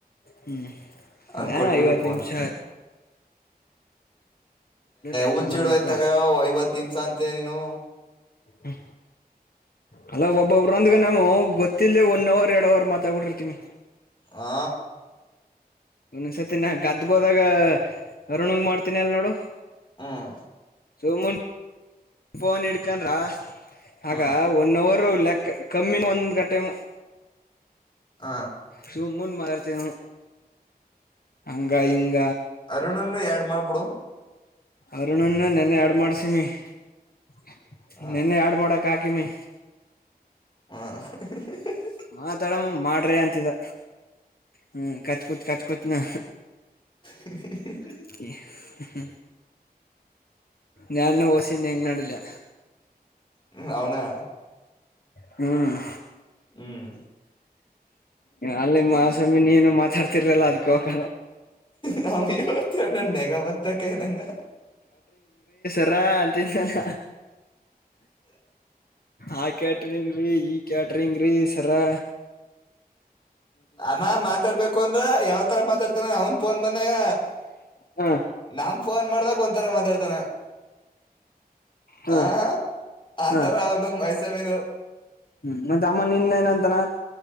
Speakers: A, on the left; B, on the left.
A: ಹ್ಮ್
B: ಅವ್ನ್
A: ಅದ
B: ಕೊಟ್ಬಿಟ್ಟು
A: ಐವತ್
B: ಫೋನ
A: ನಿಮ್ಷ ಆಯ್ತದನಪ್ಪಾ
B: ಹುಚ್ಚಿಡೋಯ್ತಾಗ ಐವತ್ತು ನಿಮಿಷ ಅಂ ಮತ್ತೆ ನೀನು
A: ಹ್ಮ ಅಲ್ಲ ಒಬ್ಬೊಬ್ರೊಂದ್ಗ ನಾಮ ಗೊತ್ತಿಲ್ಲದೆ ಒನ್ ಅವರ್ ಎರಡ್ ಅವರ್ ಮಾತಾಬಟಿರ್ತಿನಿ
B: ಆ
A: ಇನ್ನೊಂದು ಸತಿ ನಾ ಗದ್ದ್ಗ ಹೋದಾಗ ಅರುಣಂಗ ಮಾಡ್ತನಿ ಅಲ್ ನೋಡು
B: ಹ್ಮ್
A: ಸೊಮುನ್ ಫೋನ್ ಹಿಡ್ಕೊಂರ ಆಗ
B: ಹ
A: ಒನ್ ಅವರ್ ಲೆಕ್ಕ ಕಮ್ಮಿನ ಒಂದ್ ಗಂಟೆ ಹ
B: ಹ
A: ಸು ಮುನ್ ಮಾಡತೇ ಹಂಗ ಇಂಗ
B: ಅರುಣನ್ನು ಎರಡು ಮಾ ಬಿಡು
A: ಅರುಣನ್ನ ನೆನೆ ಆಡ್ ಮಾಡ್ಸಿಮಿ <inaudible>
B: ಹ
A: ನಿೆನ್ನೆ ಯಾಡ್ ಮಾಡಕ ಕಾಕಮಿ
B: ಹಾ <unintelligible>
A: ಮಾತಾಡಮ್ಮ ಮಾಡ್ರಿ ಅಂತಿದ ಹ್ಮ್ ಕತ್ ಕುೂತ್ ಕತ್ ಕುೂತ್ನಾ
B: ಹ
A: ಹ್ <unintelligible> ನಾನು ವಸನ್ ಹೆಂಗ್ ನಡಿಲಿ
B: ಹ್ಮ ಅವೌನಾ
A: ಹ್ಮ್
B: ಹ್ಮ್
A: ಅಲ್ಲಿ ಮಾಸ್ವಾಮಿ ನೀನು ಮಾತಾಡ್ತಿರ್ಲಲ್ಲ ಅದಕ ಹೋಗಕ
B: ನ ಅವತನ್ನ ನೆಗ ಪತ್ತ ಕನಂಗ
A: ಂತ ಆ ಕ್ಯಾಟ್ರಿಂಗೀ ಈ ಕ್ಯಾಟ್ರಿ ಂಗ್ರೀ ಸರಾ
B: ಅಮ್ಮ ಮಾತಾಡ್ಬೇಕು ಅಂದ್ರ ಯಾವ್ತರ ಮಾತಾಡ್ತಾನ ಅವನ್ ಫೋನ್ ಬಂದಾಗ
A: ಹಾ
B: ನಮ ಫೋನ್ ಮಾಡ್ದಕ್ ಒಂಥರ ಮಾತಾಡ್ತಾನೆ
A: ಹಾ
B: ಹ ಆ
A: ಹಾ
B: ತರ ಒಂದು ಮೈಸೂ ಸಮೀದು
A: ಹ್ಮ್ ಮತ್ತೆ ಅಮ್ಮ ನಿನ್ನ ಏನಂತಾನ